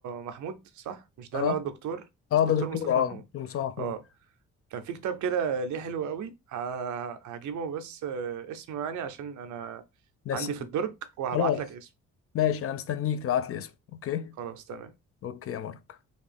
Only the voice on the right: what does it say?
محمود صح مش ده
اللي هو الدكتور مش
دكتور
مصطفى
محمود
اه كان في كتاب كده ليه حلو قوي ه- هجيبه بس اسمه يعني عشان انا
عندي في الدرج وهبعت
لك اسمه
خلاص تمام